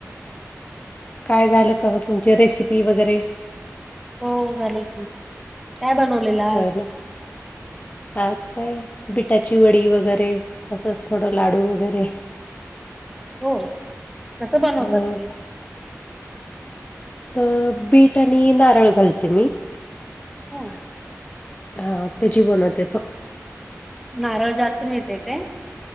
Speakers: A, on the left; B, in the centre.
A: काय झालं का तुमची रेसिपी वगैरे
B: हो झाले की काय बनवलेलं
A: हो
B: आज?
A: ना आज काय बिटाची वडी वगैरे असंच थोडं लाडू वगैरे
B: हो कस बनवतात
A: अ
B: ते?
A: अ बीट आणि नारळ घालते मी
B: हम्.
A: हा त्याची बनत आहे फक्त.
B: नारळ जास्त मिळते काय?